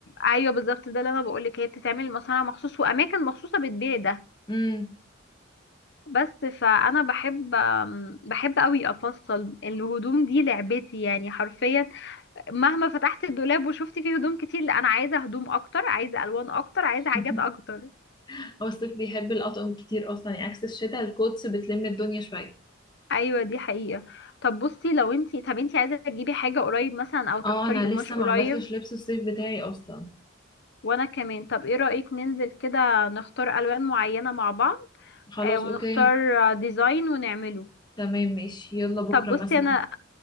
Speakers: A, on the left (about 60°); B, on the left (about 25°).
A: ايوه بالظبط ده اللي انا بقولك هي بتتعمل مصانع مخصوص واماكن مخصوصه بتبيع ده
B: امم
A: بس فانا بحب بحب قوي افصل الهدوم دي لعبتي يعني حرفيا مهما فتحت الدولاب وشفت فيه هدوم كتير لا انا عايزه هدوم اكتر عايزه الوان اكتر عايزه حاجات
B: <laughs>
A: اكتر
B: هو الصيف بيحب الأطقم كتير أصلا يعني عكس الشتاء الكوتس بتلم الدنيا شوية
A: ايوه دي حقيقه طب بصي لو انتي طب انتي عايزه تجيبي حاجه قريب مثلا او تختاري
B: اه أنا
A: قماش
B: لسه
A: قريب
B: ما عملتش لبس الصيف بتاعي أصلا
A: وانا كمان طب ايه رايك ننزل كده نختار الوان معينه مع بعض
B: خلاص
A: آه ونختار
B: أوكي
A: آه، ديزاين ونعمله
B: تمام ماشي يلا بكرة
A: طب بصي
B: مثلا
A: انا